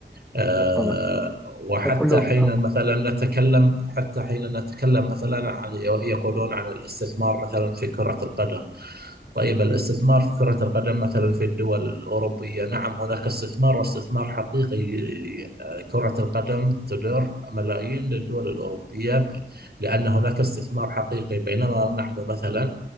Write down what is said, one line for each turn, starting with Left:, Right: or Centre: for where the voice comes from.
Right: آه،
Centre: بالطبع
Right: وحتى
Centre: فكل
Right: حين
Centre: ف-
Right: مثلا نتكلم حتى حين نتكلم مثلا عن يقولون عن الاستثمار مثلا في كرة القدم طيب الاستثمار في كرة القدم مثلا في الدول الأوروبية نعم هناك استثمار واستثمار حقيقي كرة القدم تدر ملايين للدول الأوروبية ب- لأن هناك استثمار حقيقي بينما نحن مثلا